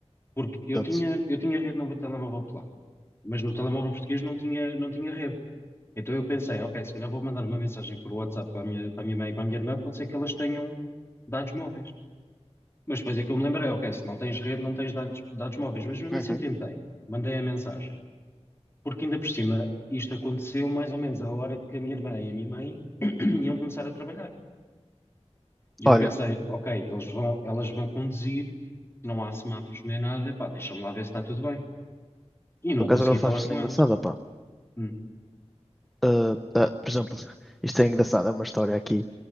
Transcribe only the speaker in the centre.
Portanto,
uhum.
Olha,
por acaso
agora
falaste
uma engraçada,
pá.
Ah, ah, por exemplo, isto é engraçado, é uma história aqui.